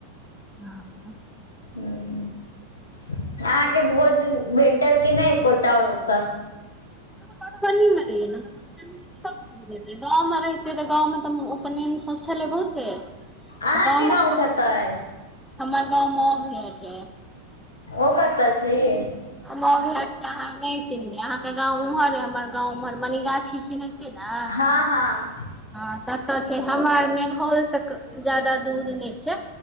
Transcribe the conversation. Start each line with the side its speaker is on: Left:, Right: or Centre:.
Centre: <unintelligible>
Left: <unintelligible> अहाँकेँ भोज भेटल कि नै एकोटा ओत
Centre: मधुबनी में रहिये लेलै है <unintelligible> गाँव मे रहितिये तऽ गाँव में तऽ उपनयन सब छलो बहुते
Left: अहाँके
Centre: गाव
Left: गाँव
Centre: मे
Left: कतऽ अइ
Centre: हमर गावमे
Left: ओकरा छै यै।
Centre: अहाँ नहि चिन्हबै अहाँकेँ गाव उम्हर हमर गाव उम्हर मनीगाछी। चिन्है छिये मे
Left: हँ हँ
Centre: हँ ततऽ छै हमर मेघौल तक जय्दा दूरी नय छै।